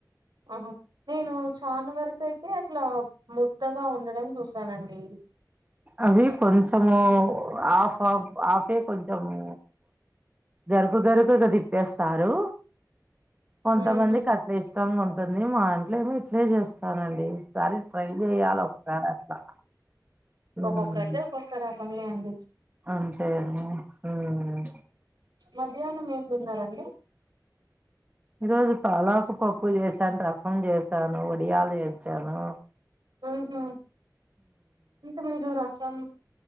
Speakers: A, on the right; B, on the right.
A: ఆహ నేను చాన వరకు అయితే అట్లా ముద్దగా ఉండడం చూసానండి
B: అవీ కొంచెము హఫ్ హఫ్ హాఫే కొంచెమూ గరుకు గరుకుగా దిప్పేస్తారు కొంతమందికి
A: ఊహూ
B: అట్లే ఇష్టంగా ఉంటుంది మా ఇంట్లే ఏమో ఇట్లే చేస్తానండి సారి ట్రై జెయ్యాల ఒకసారి అట్లా ఉమ్,
A: ఒక్కొక్కరిది ఒక్కొక్క రకంలే అండి
B: అంతే ఐన ఊమ్
A: మధ్యాహ్నం ఏం తిన్నారండి
B: ఈరోజు పాలాకు పప్పు జేస్ కాన్ రసం జేశాను వడియాలు ఏంచాను
A: ఊహు ఇంక మీరు రసం